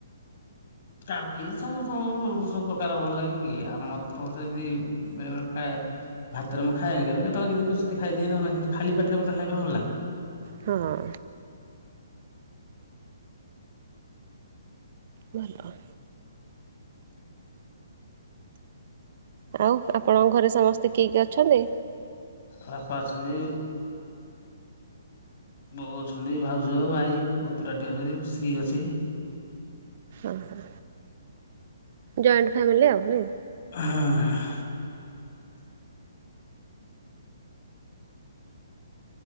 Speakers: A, on the left; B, on the right.
A: କାହାକୁ କେମିତି ସମସ୍ତଙ୍କୁ ସବୁ ପ୍ରକାର ଭଲ ଲାଗେ କି ଆଉ ମତେ ମତେ ଯଦି ବେଳ କାଏ ଭାତରେ ମୁଁ ଖାଏନି କେବେ କେତେବେଳେ କେମତିି କୋଚିତି ଖାଇଦିଏ ନହେଲେ ସେମିତି ଖାଲି ପାଟିରେ ମତେ ଖାଇବା ପାଇଁ ଭଲ ଲାଗେ।
B: ହଁ। ଭଲ। ଆଉ ଆପଣଙ୍କ ଘରେ ସମସ୍ତେ କିଏ କିଏ ଅଛନ୍ତି?
A: ବାପା ଅଛନ୍ତି। ବୋଉ ଅଛନ୍ତି ଭାଉଜ ଭାଇ ପୁତରାଟେ ଅଛି ସ୍ତ୍ରୀ ଅଛି।
B: ଓ ହୋ। ଜଏଣ୍ଟ ଫ୍ୟାମିଲି ଆଉ ନାଇଁ।
A: ହଁ ହଁ।